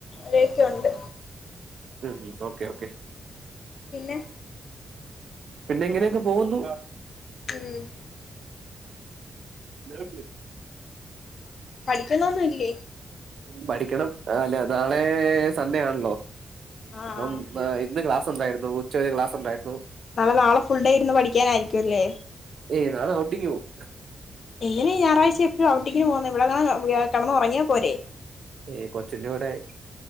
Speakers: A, on the left; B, on the right.
A: ലേക്കുണ്ട്
B: ഉം ഓക്കെ ഓക്കെ
A: പിന്നെ
B: പിന്നെ എങ്ങനെയൊക്കെ പോകുന്നു
A: ഉം
B: നാസ്‌ലി
A: പഠിക്കുന്നൊന്നുംല്ലേ
B: പഠിക്കണം അല്ല നാളെ സൺ‌ഡേ ആണല്ലോ
A: ആഹ്
B: അപ്പം
A: ആഹ്
B: ദേ ഇന്ന് ക്ലാസ് ഉണ്ടായിരുന്നു ഉച്ചവരെ ക്ലാസ്സ്‌ ഉണ്ടായിരുന്നു
A: നാളെ നാളെ ഫുൾ ഡേ ഇന്ന് പഠിക്കാനായിരിക്കുംല്ലേ
B: ഏയ് നാളെ ഔട്ടിങ് പോകും
A: എങ്ങനെ ഞായറാഴ്ച എപ്പോഴും ഔറ്റിംഗിന് പോകന്നേ ഇവിടെങ്ങാനും കിടന്നു ഉറങ്ങിയാ പോരേ
B: ഏ കൊച്ചിന്റെ കൂടെ